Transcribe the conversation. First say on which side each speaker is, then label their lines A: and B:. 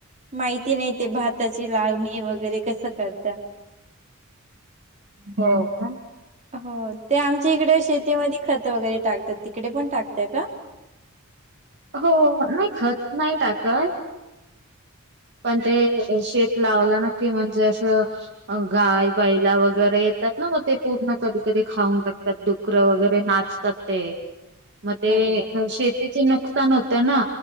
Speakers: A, on the right; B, on the right.
A: माहिती नाहीं ते भातांची लावणी वगैरें कसं करतांत
B: हो कां
A: हो ते आमच्यां इकडे शेतीमध्यें खतं वगैरें टाकतांत तिकडे पणं टाकतं कां
B: हो नाहीं खंत नाहीं टाकतं पणं ते शेतं लावलं नक्की म्हणजे असं अं गांय बैला वगैरें येतांत नां मगं ते पूर्ण कधीं कधीं खाऊंन टाकतांत दुं कुक्र वगैरें नाचतांत ते मंग ते
A: अरे
B: शेतीचे नुकसांन होते नां